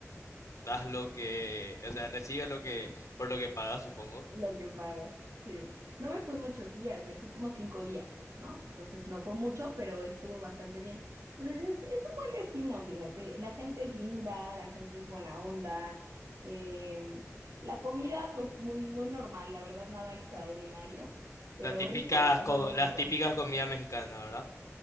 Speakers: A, on the left; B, on the right.
A: das lo que, o sea, recibes lo que, por lo que pagas, supongo.
B: Lo que pagas, sí. No me fui muchos días, me fui como cinco días, ¿no? Entonces no fue mucho, pero estuvo bastante bien. Entonces es, es un buen destino, fíjate. La gente es linda, la gente es buena onda. eh, la comida, pues muy, muy normal, la verdad, nada extraordinario, pero
A: Las típicas,
B: rico, la pasamos
A: co-
B: rico.
A: las típicas comidas mexicanas, ¿verdad?